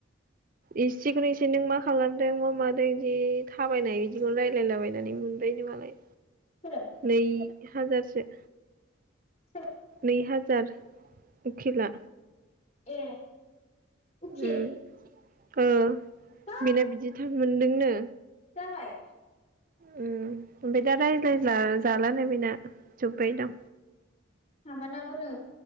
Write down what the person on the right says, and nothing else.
इसेखौनो एसे नों मा खालामदों मा मादों बिदि थाबायनाय बिदिखौनो रायजलायलाबायनानै मोनबाय नो मालाय।
नै। हाजारसो।
<unintelligible> हाजार उखिला।
उम ओ
बेना बिदिथार मोनदोंनो।
उम। ओमफाय दा रायज्लायला जालानो। बैना जोब्बाय दां।